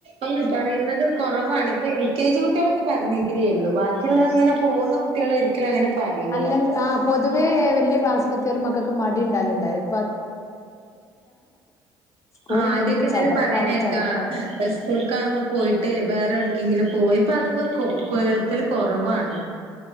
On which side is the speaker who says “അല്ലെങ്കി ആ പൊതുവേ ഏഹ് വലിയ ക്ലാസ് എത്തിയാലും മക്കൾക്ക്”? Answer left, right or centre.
Left